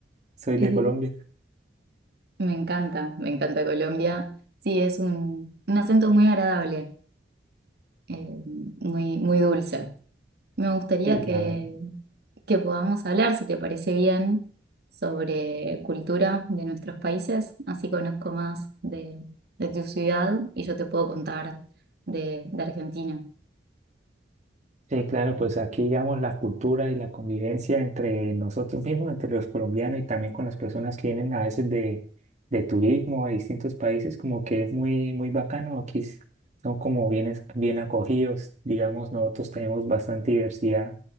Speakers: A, on the right; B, on the right.
A: Soy
B: Eh,
A: de Colombia.
B: me encanta, me encanta Colombia. Sí, es un, un acento muy agradable, eh, muy, muy dulce. Me gustaría
A: Sí,
B: que,
A: la verdad.
B: que podamos hablar, si te parece bien, sobre cultura de nuestros países. Así conozco más de, de tu ciudad y yo te puedo contar de, de Argentina.
A: Sí, claro, pues aquí digamos la cultura y la convivencia entre nosotros mismos, entre los colombianos y también con las personas que vienen a veces de, de turismo de distintos países, como que es muy, muy bacano. Aquí s- son como bien, es- bien acogidos, digamos, nosotros tenemos bastante diversidad